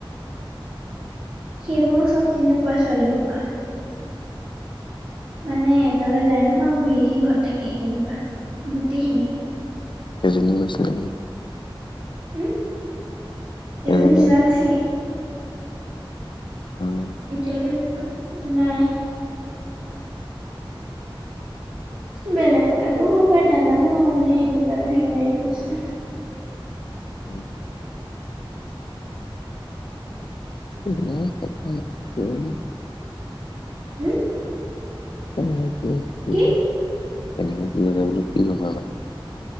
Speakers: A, on the right; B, on the left.
A: সেইকণৰো চব তেনেকুৱাই ছোৱালী হোপা। মানে এটালৈ যায় নহয় ঘূৰিহি ঘৰত থাকেহি তেনেকুৱা গোটেইখিনি
B: <unintelligible>
A: উম
B: কেইজনী
A: এজনী যোৱা নাছিলে।
B: উম।
A: এতিয়ালৈকে য নাই বেলেগ কথাতটো হ'ব ন জানো আৰু মানে এনেকুৱা যে হেৰী হয় কাৰণে এইটো কৈছো
B: উম। <inaudible>
A: উম
B: উম উম
A: কি
B: উম তেনেকা কি বনাবলৈ কি নাথাকা